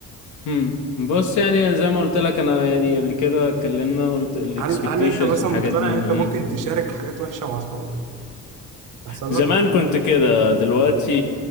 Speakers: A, on the left; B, on the right.
A: امم بص يعني زي ما قلت لك انا يعني قبل كده اتكلمنا قلت الاكسبكتيشنز
B: هل هل انت مثلا
A: والحاجات
B: مقتنع
A: دي يعني
B: ان انت
A: مم.
B: ممكن تشارك حاجات وحشه مع اصحابك تحصل
A: زمان كنت كده دلوقتي